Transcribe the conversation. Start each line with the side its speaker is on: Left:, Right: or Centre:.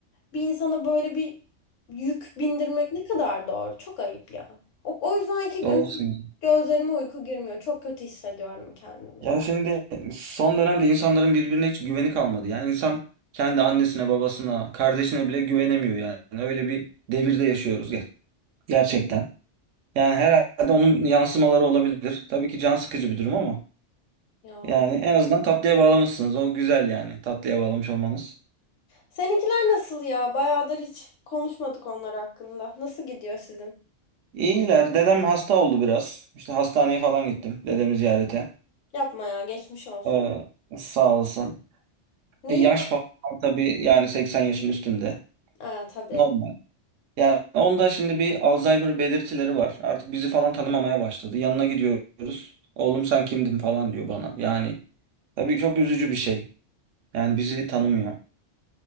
Left: bir insana böyle bir yük bindirmek ne kadar doğru? Çok ayıp ya. O, o yüzden ki
Right: Doğru
Left: gö-
Right: söylüyorsun.
Left: gözlerime uyku girmiyor. Çok kötü hissediyorum kendimi.
Right: Ya şimdi son dönemde insanların birbirine hiç güveni kalmadı. Yani insan kendi annesine, babasına, kardeşine bile güvenemiyor yani. Öyle bir devirde yaşıyoruz ger- gerçekten. Yani herhalde onun yansımaları olabilir. Tabii ki can sıkıcı bir durum ama
Left: Ya
Right: yani en azından tatlıya bağlamışsınız. O güzel yani tatlıya bağlamış olmanız.
Left: seninkiler nasıl ya? Bayağıdır hiç konuşmadık onlar hakkında. Nasıl gidiyor sizin?
Right: İyiler. Dedem hasta oldu biraz. İşte hastaneye falan gittim dedemi ziyarete.
Left: Yapma ya, geçmiş olsun.
Right: Ee, sağ olasın.
Left: Neyi?
Right: E, yaş falan tabii yani 80 yaşın üstünde.
Left: Aa, tabii.
Right: Normal. Yani onda şimdi bir Alzheimer belirtileri var. Artık bizi falan tanımamaya başladı. Yanına gidiyoruz. Oğlum sen kimdin falan diyor bana. Yani tabii çok üzücü bir şey. Yani bizi tanımıyor.